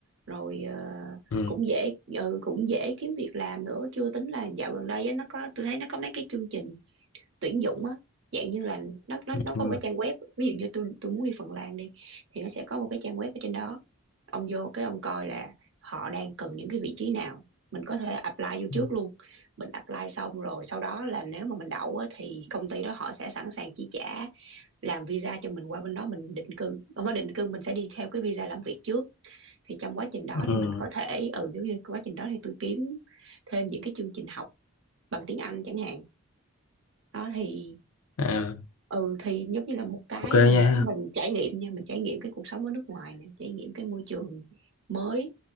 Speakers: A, on the right (about 55°); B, on the left (about 80°).
A: rồi ờ,
B: ừ.
A: cũng dễ ừ, cũng dễ kiếm việc làm nữa chưa tính là dạo gần đây á, nó có tôi thấy nó có mấy cái chương trình tuyển dụng á dạng như là nó nó
B: Ừ.
A: nó có một cái trang web ví dụ như tôi tôi muốn đi Phần Lan đi thì nó sẽ có một cái trang web ở trên đó ông vô cái ông coi là họ đang cần những cái vị trí nào mình có thể apply vô
B: Ừ.
A: trước luôn mình apply xong rồi sau đó là nếu mà mình đậu á, thì công ty đó họ sẽ sẵn sàng chi trả làm visa cho mình qua bên đó mình định cư không phải định cư mình sẽ đi theo cái visa làm việc trước thì trong quá trình đó
B: Ừ.
A: thì mình có thể ừ giống như quá trình đó thì tôi kiếm thêm những cái chương trình học bằng tiếng Anh chẳng hạn đó thì
B: À,
A: ừ thì giống như là một cái
B: ok
A: mà để
B: nha
A: mình trải nghiệm nha mình trải nghiệm cái cuộc sống ở nước ngoài nè trải nghiệm cái môi trường mới